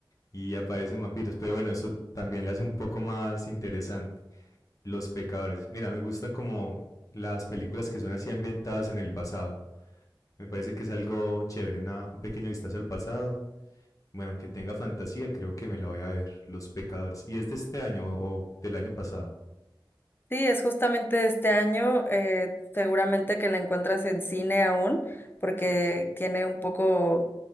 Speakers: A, on the left; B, on the left.
A: y aparecen vampiros, pero bueno, eso también la hace un poco más interesante. Los pecadores, mira, me gustan como las películas que son así ambientadas en el pasado Me parece que es algo chévere, una, un pequeño vistazo al pasado. Bueno, aunque tenga fantasía, creo que me la voy a ver, Los Pecadores. ¿Y es de este año o del año pasado?
B: Sí, es justamente de este año, eh, seguramente que la encuentras en cine aún, porque tiene un poco